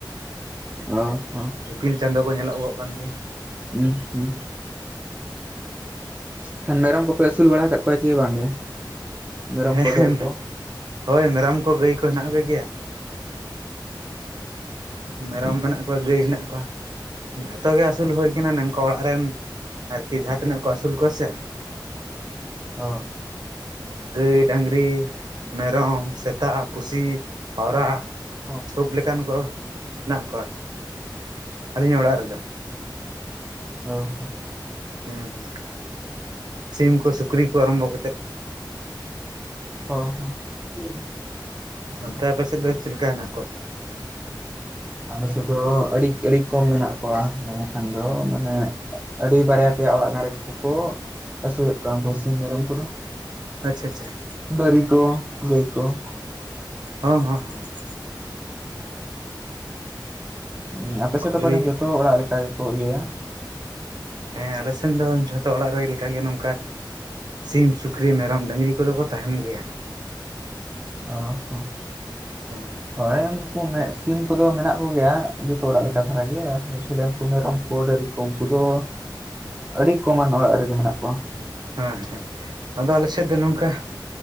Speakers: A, on the right; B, on the right.
A: ᱚ ᱦᱚᱸ᱾
B: ᱤᱯᱤᱞ ᱪᱟᱸᱫᱚ ᱠᱚ ᱧᱮᱞᱚ ᱜᱚᱜ ᱠᱟᱱ ᱜᱮᱭᱟ᱾
A: ᱦᱩᱸ ᱦᱩᱸ᱾ ᱠᱷᱟᱱ ᱢᱮᱨᱚᱢ ᱠᱚᱯᱮ ᱟᱹᱥᱩᱞ ᱵᱟᱲᱟ ᱟᱠᱟᱫ ᱠᱚᱣᱟ ᱪᱮ ᱵᱟᱝ ᱜᱮ? ᱢᱮᱨᱚᱢ
B: ᱦᱮᱸ
A: ᱠᱚ, ᱵᱟᱝᱜᱨᱤ ᱠᱚ᱾
B: ᱦᱳᱭ ᱢᱮᱨᱚᱢ ᱠᱚ ᱜᱟᱹᱭ ᱠᱚ ᱦᱮᱱᱟᱜ ᱠᱚᱜᱮᱭᱟ ᱢᱮᱨᱚᱢ ᱢᱮᱱᱟᱜ ᱠᱚᱣᱟ, ᱜᱟᱹᱭ ᱦᱮᱱᱟᱜ ᱠᱚᱣᱟ᱾ ᱡᱷᱚᱛᱚ ᱜᱮ ᱟᱹᱥᱩᱞ ᱦᱩᱭ ᱠᱟᱱᱟ ᱱᱚᱝᱠᱟ ᱚᱲᱟᱜ ᱨᱮᱱ ᱟᱨᱠᱤ ᱡᱟᱦᱟᱸ ᱛᱤᱱᱟᱹᱜ ᱠᱚ ᱟᱹᱥᱩᱞ ᱠᱚᱣᱟ ᱥᱮ,
A: ᱚ᱾
B: ᱜᱟᱹᱭ, ᱰᱟᱝᱨᱤ, ᱢᱮᱨᱚᱢ, ᱥᱮᱛᱟ, ᱯᱩᱥᱤ, ᱯᱟᱣᱨᱟ᱾
A: ᱚ
B: ᱥᱳᱵ ᱞᱮᱠᱟᱱ ᱠᱚ ᱦᱮᱱᱟᱜ ᱠᱚᱣᱟ ᱟᱹᱞᱤᱧᱟᱜ ᱚᱲᱟᱜ ᱨᱮᱫᱚ᱾
A: ᱚ ᱦᱚᱸ᱾
B: ᱩ ᱦᱩᱸ ᱥᱤᱢ ᱠᱚ ᱥᱩᱠᱨᱤ ᱠᱚ ᱟᱨᱚᱢᱵᱚ ᱠᱟᱛᱮᱫ ᱾
A: ᱚ ᱦᱚᱸ ᱾
B: ᱚᱱᱛᱮ ᱟᱯᱮ ᱥᱮᱫ ᱫᱚ ᱪᱮᱫ ᱞᱮᱠᱟ ᱦᱮᱱᱟᱜ ᱠᱚᱣᱟ?
A: ᱟᱞᱮ ᱥᱮᱫ ᱫᱚ ᱟᱹᱰᱤ ᱟᱹᱰᱤ ᱠᱚᱢ ᱢᱮᱱᱟᱜ ᱠᱚᱣᱟ ᱢᱮᱱ ᱞᱮᱠᱷᱟᱱ ᱫᱚ ᱢᱟᱱᱮ ᱟᱹᱰᱤ ᱵᱟᱨᱭᱟ ᱯᱮᱭᱟ ᱚᱲᱟᱜ <unintelligible> ᱠᱚᱠᱚ ᱟᱹᱥᱩᱞᱮᱫ ᱠᱚᱣᱟ ᱩᱱᱠᱩ ᱥᱤᱢ ᱢᱮᱨᱚᱢ ᱠᱚᱫᱚ ᱾
B: ᱟᱪᱪᱷᱟ ᱟᱪᱪᱷᱟ ᱾
A: ᱫᱟᱹᱨᱤ ᱠᱚ ᱜᱟᱹᱭ ᱠᱚ ᱾
B: ᱦ ᱦᱮᱸ ᱦᱮᱸ ᱾
A: ᱦᱮᱸ ᱟᱯᱮᱥᱮᱫ
B: ᱠᱷᱩᱞᱟᱹᱭ
A: ᱫᱚ ᱯᱟᱞᱮᱱ ᱡᱚᱛᱚ ᱚᱲᱟᱜ ᱞᱮᱠᱟ ᱜᱮᱠᱚ ᱤᱭᱟᱹᱭᱼᱟ ᱾
B: ᱦᱮᱸ ᱟᱞᱮ ᱥᱮᱱ ᱫᱚ ᱡᱷᱚᱛᱚ ᱚᱲᱟᱜ ᱨᱮ ᱞᱮᱠᱟᱜᱮ ᱱᱚᱝᱠᱟ ᱥᱤᱢ ᱥᱩᱠᱨᱤ ᱢᱮᱨᱚᱢ ᱰᱟᱹᱝᱨᱤ ᱠᱚᱫᱚ ᱠᱚ ᱛᱟᱦᱮᱱ ᱜᱮᱭᱟ ᱾
A: ᱚ ᱦᱚᱸ
B: ᱦᱮᱸ
A: ᱦᱳᱭ ᱩᱱᱠᱩ ᱢᱮ ᱥᱤᱢ ᱠᱚᱫᱚ ᱢᱮᱱᱟᱜ ᱠᱚᱜᱮᱭᱟ ᱡᱚᱛᱚ ᱚᱲᱟᱜ ᱞᱮᱠᱟ ᱫᱷᱟᱨᱟ ᱜᱮ ᱩᱱᱠᱩ ᱢᱮᱨᱚᱢ ᱠᱚ ᱫᱟᱨᱤ ᱠᱚ ᱩᱱᱠᱩ ᱫᱚ ᱟᱹᱰᱤ ᱠᱚᱢᱟᱱ ᱚᱲᱟᱜ ᱨᱮ ᱜᱮ ᱢᱮᱱᱟᱜ ᱠᱚᱣᱟ
B: ᱦᱩᱸ ᱦᱩᱸ ᱟᱫᱚ ᱟᱞᱮᱥᱮᱫ ᱫᱚ ᱱᱚᱝᱠᱟ